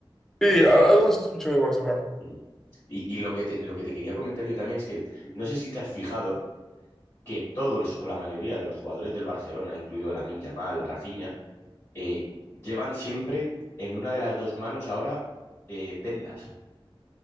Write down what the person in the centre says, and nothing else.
Sí,
a- algo se escuchó del Barcelona.